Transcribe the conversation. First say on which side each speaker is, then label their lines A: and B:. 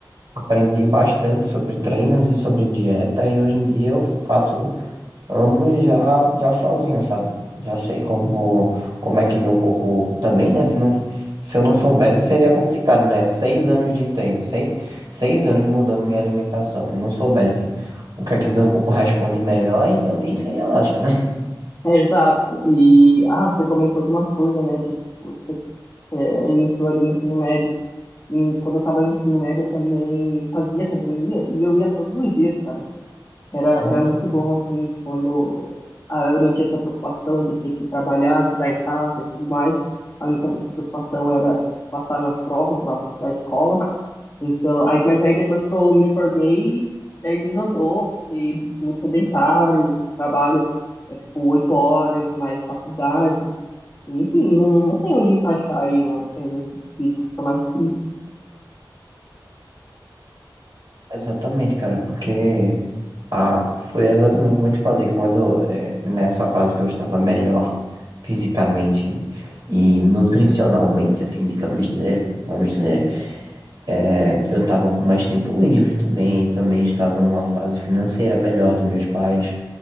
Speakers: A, on the right; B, on the left.
A: aprendi bastante sobre treinos e sobre dieta. E hoje em dia eu faço. Ambos já, já sozinhos, sabe? Já sei como, como é que meu corpo também, né? Se não, se eu não soubesse, seria complicado, né? Seis anos de treino, seis, seis anos mudando minha alimentação. E não soubesse o que é que meu corpo responde melhor, e também seria lógica, né?
B: É, exato. E, ah, você comentou de uma coisa, né? De, tipo, você é, iniciou ali no ensino médio. E quando eu tava no ensino médio, eu também fazia academia e eu ia todos os dias, cara. Era,
A: Hum.
B: era muito bom, assim, quando ah, eu não tinha essa preocupação de ter que trabalhar, ajudar em casa e tudo mais. A única preocupação era, tipo, passar nas provas da, da escola. Então, aí, mas aí depois que eu me formei, aí desandou, fiquei muito sedentário, trabalho, é, tipo, oito horas, mais faculdade. Enfim, não, não tem onde encaixar aí, né? é, Exercício físico fica mais difícil.
A: Exatamente, cara, porque a, foi exatamente como eu te falei, quando eh, nessa fase que eu estava melhor fisicamente e nutricionalmente, assim, digamos dizer, vamos dizer. É, eu estava com mais tempo livre também, também estava numa fase financeira melhor dos meus pais.